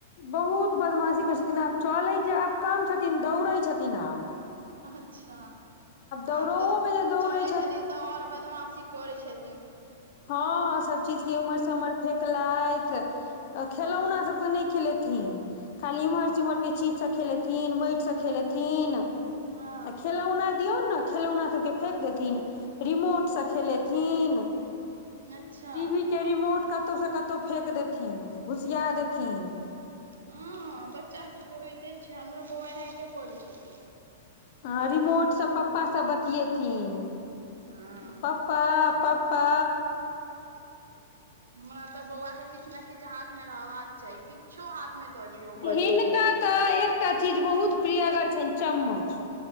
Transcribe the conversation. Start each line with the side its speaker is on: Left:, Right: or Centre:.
Left: बहुत बदमाशी करै छथिन आब चलै जे आब काम छथिन दौड़ै छथिन आब
Right: अच्छा
Left: दौड़ओ
Right: आब तऽ
Left: मे जे दौड़ै
Right: चलैत छथिन तऽ आओर बदमाशी करै छथिन
Left: हँ सब चीज के उमहर से उमहर फेकलथि खेलौना सबसँ नहि खेलेथिन खाली इम्हर चुम्हर केँ चीज सब खेलेथिन माटिसँ खेलेथिन आ
Right: हँ
Left: खेलौना दिऔन ने खेलौना सबकेँ फेेक देथिन रिमोटसँ खेलेथिन
Right: अच्छा
Left: टीवी के रिमोट कतहु से कतहु फेेक देथिन घुसिया देथिन
Right: हँ बच्चा सभकेँ होइते छै हमरो बौआ एनाहितो करै छथिन
Left: ह रिमोटसँ पप्पा सब बतियेथिन
Right: हँ
Left: पप्पा पापा
Right: हमरा तऽ बौआ केँ किछु ने किछु हाथ मे रहबाक चाही किछो हाथ मे दऽ दियौ बस
Left: हिनका तऽ एक एकटा चीज बहुत प्रियगर छनि चम्मच